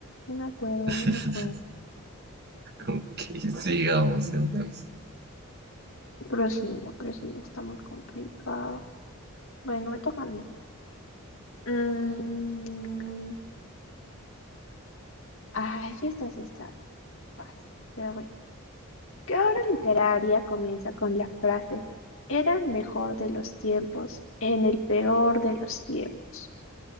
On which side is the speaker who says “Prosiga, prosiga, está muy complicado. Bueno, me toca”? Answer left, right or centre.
Left